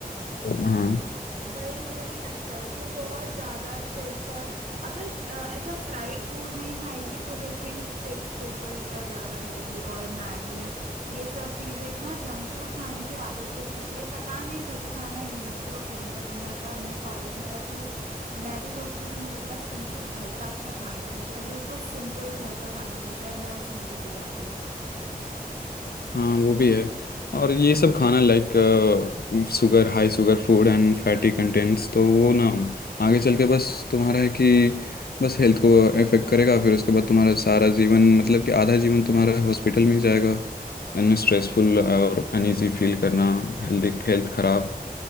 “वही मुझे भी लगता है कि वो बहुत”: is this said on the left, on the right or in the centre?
Right